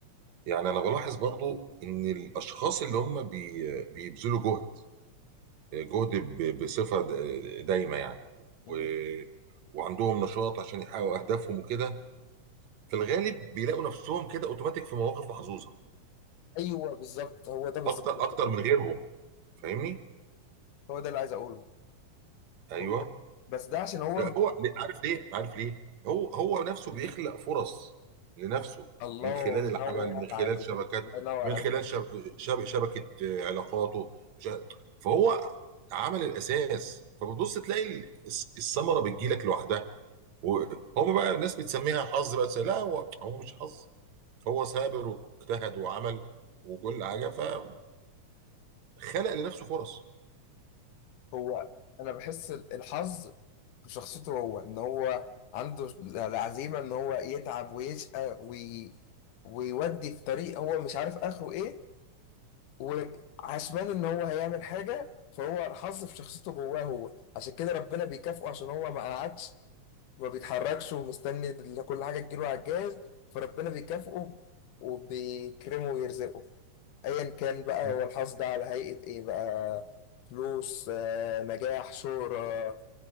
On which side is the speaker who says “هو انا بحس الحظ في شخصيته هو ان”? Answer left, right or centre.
Left